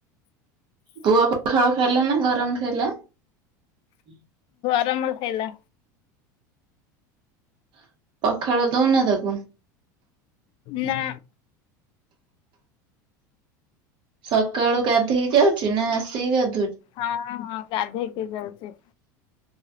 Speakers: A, on the right; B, on the left.
A: ପୁଅ ପଖାଳ ଖାଇଲା ନା। ଗରମ ଖାଇଲା। <unintelligible>
B: ଆମର ଖାଇଲା
A: ହ। ପଖାଳ ଦଉନ ତାକୁୁ।
B: ନା
A: ସକାଳୁ ଗାଧେଇକି ଯାଉଛି ନା ଆସିକି ଗାଧଉଛି?
B: ହଁ ହଁ। ଗାଧେଇକି ଯାଉଛି।